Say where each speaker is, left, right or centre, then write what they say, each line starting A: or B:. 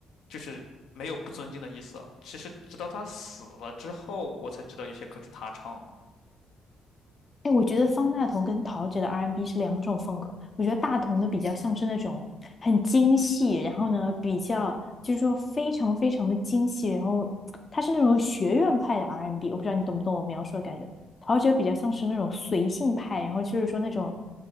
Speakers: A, on the left; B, on the left.
A: 就是没有不尊敬的意思。其实直到他死了之后，我才知道有些歌曲他唱的。
B: 哎，我觉得方大同跟陶喆的 R&B 是两种风格。我觉得大同的比较像是那种很精细，然后呢，比较就是说非常非常的精细，然后他是那种学院派的 R&B。我不知道你懂不懂我描述的感觉。陶喆比较像是那种随性派，然后就是说那种